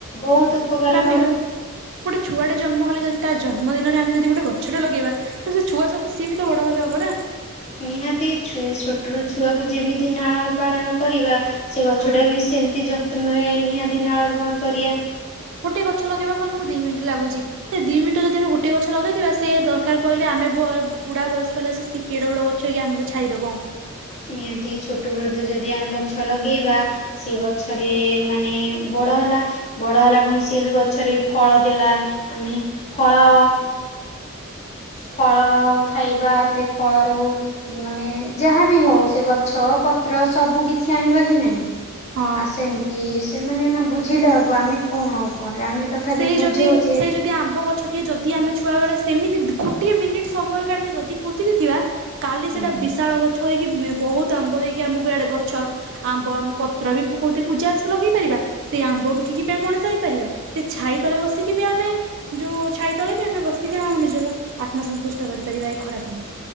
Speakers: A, on the left (about 30°); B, on the right (about 55°).
A: ବହୁତ ଉପକାର
B: କାଟିବା
A: ହବ
B: ଗୋଟେ ଛୁଆଟେ ଜନ୍ମ ହେଲେ ଯାଉଛି ତା ଜନ୍ମ ଦିନରେ ଆମେ ଯଦି ଗ ଛୋଟ ଲଗେଇବା ତ ସେ ଛୁଆ ସହିତ ସିଏ ବି ତ ବଡ ହେଲେ ହବ ନା।
A: ନିହାତିଛ ଛୋଟରୁ ଛୁଆକୁ ଯେମିତି ନାଳନ ପାଳନ କରିବା ସେ ଗଛଟାକୁ
B: ହଁ
A: ବି ସେମିତି ଯତ୍ନରେ ନିହାତି ନାଳନ ପାଳନ କରିବା।
B: ଗୋଟେ ଗଛ ଲଗେଇବାକୁ ଆମକୁ ଦି ମିନିଟ ଲାଗୁଛି ସେ ଦି ମିନିଟ ଯଦି ଆମେ ଗୋଟେ ଗଛ ଲଗେଇଥିବା ସେ ଦରକାର ପହିଲେ ଆ ଆମେ ବୁଢା ବୟସ୍କ ହେଲା ସେ କେଡ ବଡ ଗଛ ହେଇକି ଆମକୁ ଛାଇଦବ।
A: ନିହାତି ଛୋଟବେଳଦ ଯଦି ଆମେ ଗଛ ଲଗେଇବା ସେ ଗଛରେ ମାନେ ବଡ ହେଲା ବଡ ହେଲା କଣି ସେଏ ବି ଗଛରେ ଫଳ ଦେଲା ଆମେ ଫଳ ଫଳ ଖାଇବା ସେ ଫଳରୁ ମାନେ ଯାହାବି ହଉ ସେ ଗଛ ପ ପତ୍ର ସବୁ କିଛି ଆଣିବା କି ନାହିଁ।
B: ହଁ।
A: ଆ ସେମତି ସେମାନେ ନା ବୁଝିଲେ ହବ ଆମେ କଣ କରେ ଆମେ ତଥାପି
B: ସେଇ
A: ବୁଝଉଛେ
B: ଯଦି ସେଇ ଯଦି ଆମ୍ବ ଗଛ ଟିଏ ଯଦି ଆମେ ଛୁଆ ବେଳେ ସେମିତି ଗୋଟିଏ ମିନିଟ ସମୟ କାଢିକି ଯଦି ପୋତି ନଥିବା କାଲି ସେଟା
A: ହୁଁ
B: ବିଶାଳ ଗଛ କି ବହୁତ ଆମ୍ବ ଦେଇକି ଆମକୁଆଡେ ଗଛ ଆମ୍ବ ଆମେ ପତ୍ର ବି ପକଉ ପୂଜା ଲଗେଇ ପାରିବା ସେଇ ଆମ୍ବ ବିକି ପାଇଁ ମଣିସ ସେ ଛାଇ ତଳେ ବସିକି ବି ଆମେ ଯୋଉ ଛାଇ ତଳେ ବି ଆମେ ବସିକି ଆମ ନିଜର ଆତ୍ମସ ଦୁଷ୍ଟ କରିପାରିବା ଏଇ ଖରାଦିନେ।